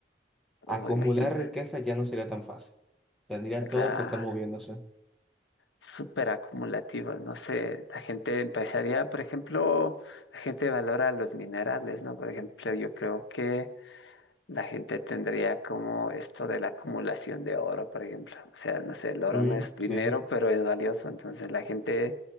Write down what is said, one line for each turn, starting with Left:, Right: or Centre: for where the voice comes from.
Left: Oh,
Centre: acumular
Left: imagina,
Centre: riqueza ya no sería tan fácil. Tendría
Left: claro,
Centre: todo que estar moviéndose.
Left: súper acumulativo, no sé, la gente empezaría, por ejemplo, la gente valora los minerales, ¿no? Por ejemplo, yo creo que La gente tendría como esto de la acumulación de oro, por ejemplo. O sea, no sé, el oro
Centre: Mm,
Left: no es dinero,
Centre: sí,
Left: pero es valioso. Entonces la gente,